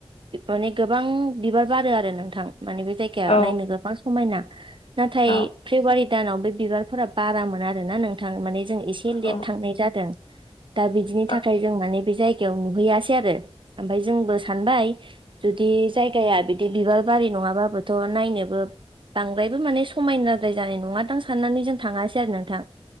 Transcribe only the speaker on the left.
औ
औ
औ
औ